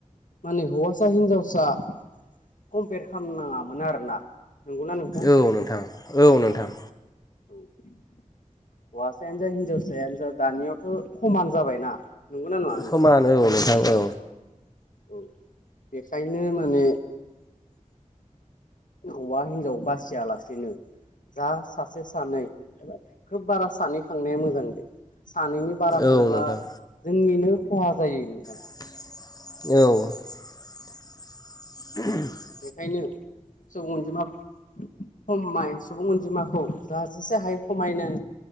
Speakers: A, on the left; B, on the left.
A: माने हौवासा हिनजावसा कम्पेयार खालामनाङामोन आरोना नंगौना नोंथां
B: औ नोंथां औ नोंथां।
A: औ हौवासायानो जा हिनजावसायानो जा दानियावथ खमान जाबायना नंगौना नङा नोंथां
B: समान औ नोंथां औ
A: औ बेखायनो माने हौवा हिनजाव बासियालासेनो जा सासे सानै एबा खोब बारा सानै खांनाया मोजां दे सानैनि बारा खांब्ला
B: औ नोंथां
A: जोंनिनो खहा जायो नोंथां।
B: औ <inaudible>
A: बेखायनो सुबुं अनजिमा खमाय सुबुं अनजिमाखौ जा जेसो हायो खमायनो